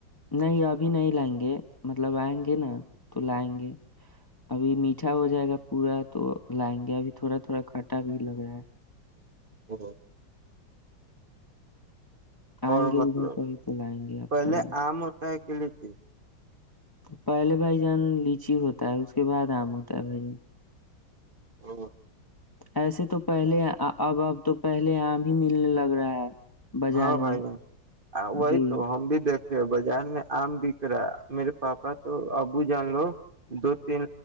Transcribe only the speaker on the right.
ہ اور
مطلب
پہلے
آم ہوتا ہے کلچ
ہ
ہاں بھائی
جن وہی
تو ہم بھی دیکھ بازار میں آم بک رہا میرے پاپا تو ابو جان لو دو تین